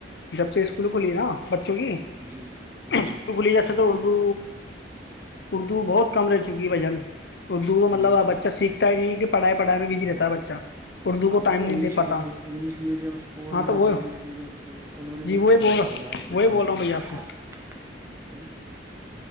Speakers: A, on the left (about 65°); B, on the right (about 15°).
A: جب سے اسکول کھلی نا بچوں کی
B: جی جی
A: اسکول کھلی جا تو اردو اردو بہت کم رہ چکی ہے بجن اردو کا مطلبب
B: جی
A: بچہ سیکھتا ہی نہیں کہ پڑائی پڑا میں بھیج رہتا ہےچ اچھا اردو
B: اب
A: کو ٹائم
B: تو انگلش
A: نہیں دے پاتا
B: انگلش میڈیم اسکول
A: ہاں
B: میں
A: تو وہ
B: جو انگلش میڈیم اسکول انہوں نے
A: جی
B: ہی
A: وہی
B: ختم
A: بول
B: کر دیا اب تو
A: وہی بول
B: پہلی
A: رہا ہوں بھیا آپ
B: ہے
A: سے
B: نا